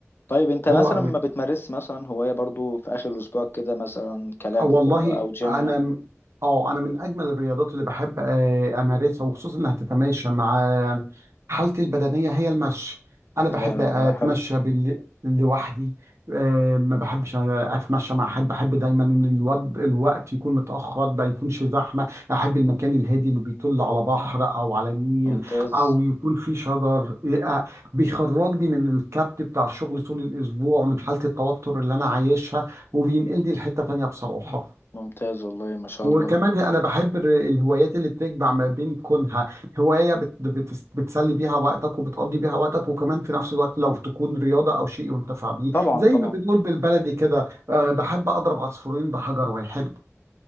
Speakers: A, on the left (about 45°); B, on the right (about 65°).
A: طيب انت
B: حلوه
A: مثلا
B: قوي
A: ما بتمارس مثلا هوايه برضو في اخر الاسبوع كده مثلا كلاعب
B: أه والله
A: كوره او جيم
B: انا
A: أو-
B: م- اه انا من اجمل الرياضات اللي بحب آه، امارسها وخصوصا انها تتماشى مع آه، حالتي البدنيه هي المشي انا
A: يا
B: بحب اتمشى
A: والله حلو
B: بال... لوحدي آه، ما بحبش اتمشى مع حد بحب دايما ان الوقت الوقت يكون متاخر ما يكونش زحمه احب المكان الهادي اللي بيطل على بحر او على نيل
A: ممتاز
B: او يكون فيه شجر آه، بيخرجني من الكبت بتاع الشغل طول الاسبوع من حاله التوتر اللي انا عايشها وبينقلني لحتة تانية بصراحة
A: ممتاز والله ما شاء
B: وكمان
A: الله
B: انا بحب ال- الهوايات اللي بتجمع ما بين كونها هواية بت بت بتسلي بيها وقتك وبتقضي بيها وقتك وكمان في نفس الوقت لو تكون رياضة او شيء ينتفع بيه
A: طبعا
B: زي
A: طبعا
B: ما بنقول بالبلدي كده آه، بحب اضرب عصفورين بحجر واحد